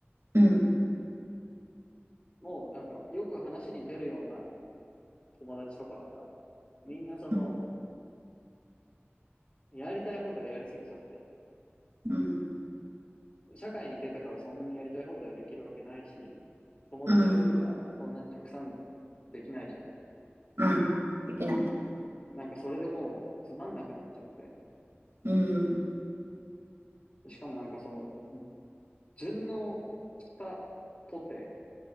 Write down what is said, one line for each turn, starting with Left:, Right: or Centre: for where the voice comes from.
Right: うん、
Left: もうなんかよく話に出るような友達とかはさ、みんなその、
Right: うん、
Left: やりたい放題やりすぎちゃって。
Right: うん、
Left: 社会に出てからそんなにやりたい放題できるわけないし、友達だってさ、
Right: うん、
Left: そんなにたくさんできないじゃん。
Right: うん。できないね。
Left: なんかそれでもうつまんなくなっちゃって。
Right: うん、
Left: しかもなんかその、順応したとて、